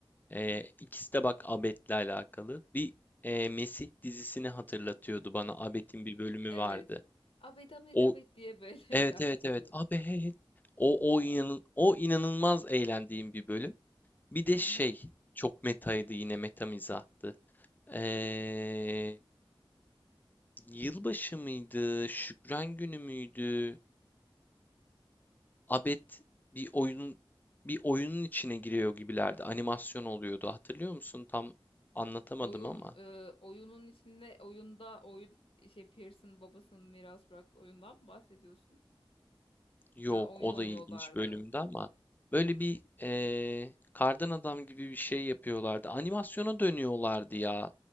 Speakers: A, on the left (about 20°); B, on the left (about 75°).
A: Ee, ikisi de bak Abet'le alakalı. Bir e, Mesih dizisini hatırlatıyordu bana. Abet'in bir bölümü
B: Evet.
A: vardı.
B: Abed Abed
A: O
B: Abed diye böyle
A: evet
B: <laughs> şarkı
A: evet
B: çalıyordu.
A: evet. Abet. O o inan o inanılmaz eğlendiğim bir bölüm. Bir de
B: <laughs>
A: şey çok metaydı yine meta mizahtı. Ee, yılbaşı mıydı? Şükran günü müydü? Abed bir oyunun bir oyunun içine giriyor gibilerdi. Animasyon oluyordu. Hatırlıyor musun? Tam anlatamadım
B: Oyun
A: ama.
B: e, oyunun içinde oyunda oyun şey Pearson babasının miras bıraktığı oyundan mı bahsediyorsun?
A: Yok,
B: Yani oyun
A: o
B: oynuyorlardı.
A: da ilginç bölümde ama böyle bir ee, kardan adam gibi bir şey yapıyorlardı. Animasyona dönüyorlardı ya.